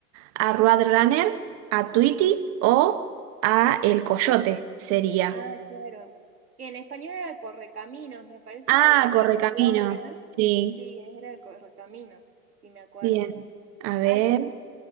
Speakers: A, on the right; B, on the right.
A: a Roadrunner, a Tweety o a El Coyote sería.
B: Ah, claro. Que en español era el Correcaminos, me parece
A: Ah,
B: que Roadrunner,
A: Correcaminos. Sí,
B: sí, era el Correcaminos, si me acuerdo.
A: bien. A ver.
B: Ay, cómo,